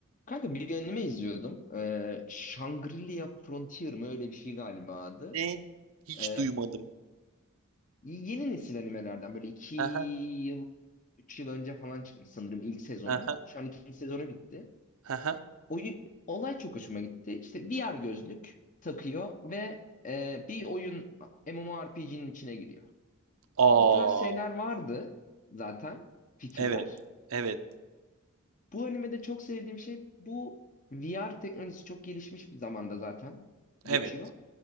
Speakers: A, on the left; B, on the right.
A: Kanka bir anime izliyordum. Ee, Shangri-La Frontier mı öyle bir şey galiba adı.
B: Ne? Hiç
A: Ee,
B: duymadım.
A: yeni nesil animelerden böyle iki yıl,
B: Aha,
A: üç yıl önce falan çıkmış sanırım ilk sezonu.
B: aha,
A: Şu an ikinci sezonu bitti.
B: aha.
A: Oyu, olay çok hoşuma gitti. İşte VR gözlük takıyor ve e, bir oyun MMORPG'nin içine giriyor.
B: Aa,
A: Bu tarz şeyler vardı zaten fikirler.
B: evet, evet,
A: Bu animede çok sevdiğim şey bu VR teknolojisi çok gelişmiş bir zamanda zaten
B: evet.
A: geçiyor.